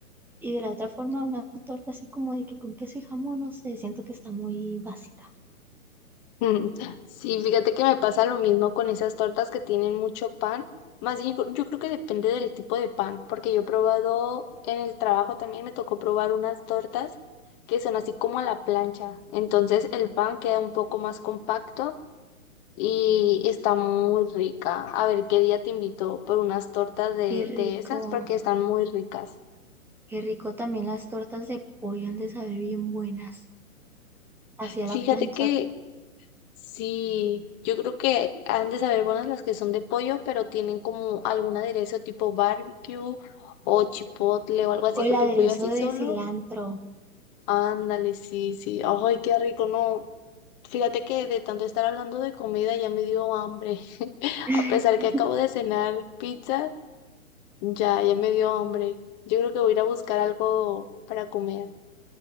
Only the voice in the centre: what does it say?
Y de la otra forma, una torta así como de que con queso y jamón, no sé, siento que está muy básica.
Qué rico,
qué rico también las tortas de pollo han de saber bien buenas. Hacia
la plancha
o el
aderezo
de
cilantro.
<laughs>